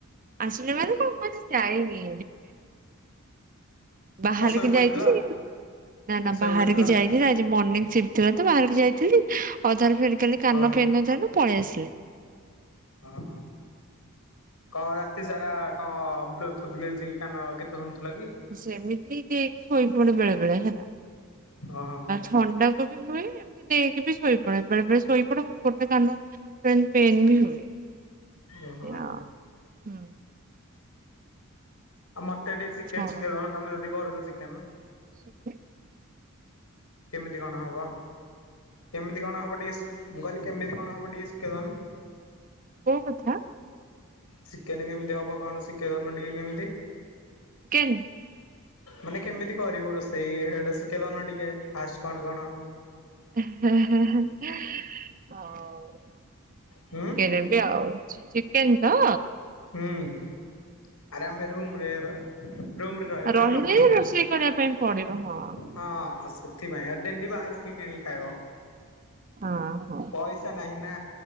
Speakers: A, on the right (about 40°); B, on the left (about 85°).
A: ଆସିଲ ମାନେ କଣ ପାଇଁ ଯାଏନି। ବାହାରିକି
B: କଣ ଶୋଇ ପଡିଥିଲ
A: ଯାଇଥିଲି ନା ନା
B: ଶୋଇ
A: ବାହାରକି
B: ପଡିଥିଲ
A: ଯାଇଥିଲେ ଆଜି ମର୍ଣିଂ ସିଫ୍ଟ ଥିଲା ତ ବାହାରକି ଯାଇ ଥିଲ ଅଧାରୁ ଫେରି କାଲି କାନ
B: ଓହୋ
A: ଫେନଥିଲା ପଳେଇ ଆସିଲି।
B: ହଁ ହଁ। କଣ ରାତି ସାରା କଣ ବ୍କୁ ଥୁଥ୍ ଗେଞ୍ଜିକି କାନ ଗୀତ ଶୁଣୁଥିଲ କି।
A: ସେମିତି କି ଶୋଇପଡ଼େ ବେଳେ ବେଳେ ହେଲା।
B: ଅ ହ।
A: ଥଣ୍ଡାକୁ ବି ହୁଏ ଏମତି ଦେଇକି ବି ଶୋଇ ପଡେ ବେଳେ ବେଳେ ଶୋଇ ପଡେ ମୁଁ ଗୋଟେ କାନ ପେନ୍ ପେନ ବି ହୁଏ ଏୟା
B: ଓହୋ
A: ଆଉ ହୁଁ।
B: ଆଉ ମତେ ଟିକେ ଚିକେନ
A: କଣ
B: ଶିଖେ ଦଉନ ତମେ ଯଦି କରୁଛ ଚିକେନ୍‌।
A: ସେବେ।
B: କେମିତି କଣ ହବ କେମିତି କଣ ହବ ଟିକେ ମୁଁ କହିଲି କେମିତି କଣ ହବ ଟିକେ ଶିଖେଇଦନ୍‌।
A: କୋଉ କଥା।
B: ଚିକେନ୍ କେମିତି ହବ କଣ ଶିକେଇ ଧନ ଟିକେ କେମିତି।
A: କେନ୍।
B: ମାନେ କେମିତି କରିବୁ ରୋଷେଇ ସେଟା ଶିଖେଇ ଦଉନ ଟିକେ ଫାଷ୍ଟ କଣ କଣ
A: ହଉ।
B: ହୁଁ
A: କିଏ ସେମ୍ ତି ଆଉ ଚିକେନ ତ।
B: ହୁଁ। ଆରେ ଆମେ ରୁମରେ ରୁମରେ ରହିବୁ ନା
A: ରହିଲେ
B: ତମଠୁ
A: ରୋଷେଇ କରିବା ପାଇଁ ପଡିବ ହଁ।
B: ହଁ ସେଥିପାଇଁ ଆଉ ଡେଲି ବାହାରୁ କି କିଣିକି ଖାଇବ।
A: ହଁ ହଁ।
B: ପଇସା ନାହିଁ ନା।